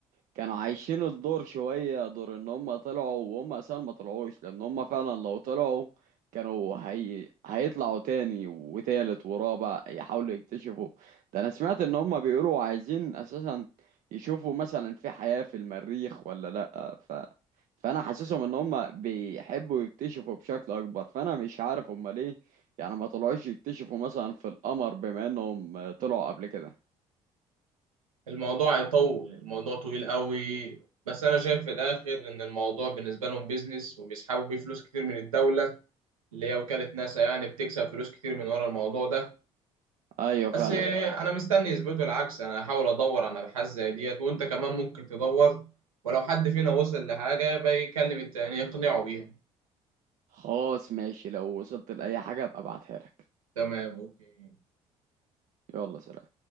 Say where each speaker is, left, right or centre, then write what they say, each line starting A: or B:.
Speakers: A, on the right; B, on the right.
A: كانوا عايشين الدور شوية دور ان هم طلعوا وهم اساسا ما طلعوش لان هم فعلا لو طلعوا كانوا هي... هيطلعوا تاني وتالت ورابع يحاولوا يكتشفوا ده انا سمعت ان هم بيقولوا عايزين اساسا يشوفوا مثلا في حياة في المريخ ولا لا ف... فانا حاسسهم ان هم بيحبوا يكتشفوا بشكل اكبر فانا مش عارف هم ليه يعني ما طلعوش يكتشفوا مثلا في القمر بما انهم طلعوا قبل كده
B: الموضوع يطول الموضوع طويل قوي بس انا شايف في الاخر ان الموضوع بالنسبه لهم بيزنس وبيسحبوا بيه فلوس كتير من الدوله اللي هي وكاله ناسا يعني بتكسب فلوس كتير من ورا الموضوع ده
A: ايوه فعلا
B: بس انا مستني يثبتوا العكس انا هحاول ادور على ابحاث زي ديت وانت كمان ممكن تدور ولو حد فينا وصل لحاجه بيكلم التاني يقنعه بيها
A: خلاص ماشي لو وصلت لأي حاجة ابقى ابعتها لك
B: تمام اوكي
A: يلا سلام